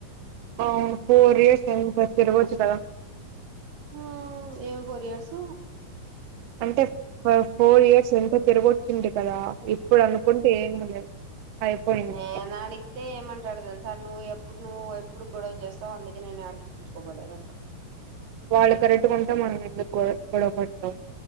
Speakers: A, on the right; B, on the right.
A: అ ఫోర్ ఇయర్స్ అయింది మరి తిరగొచ్చు కదా
B: ఆ ఏం ఫోర్ ఇయర్స్
A: అంటే ఫోర్ ఇయర్స్ ఎంత తిరగొచ్చింటి కదా ఇప్పుడు అనుకుంటే ఏమి లేదు అయిపోయింది
B: నేనాడి అతే ఏమంటాడు తెలుసా నువ్వు ఎప్పుడు నువ్వు ఎప్పుడు గొడవ చేస్తావు అందుకే నేను ఎడికి పిలుచుకు పోలేదు అంటాడు
A: వాళ్ళు కరెట్టుకుంటే మనం ఎందుకు గొడవ పడతాం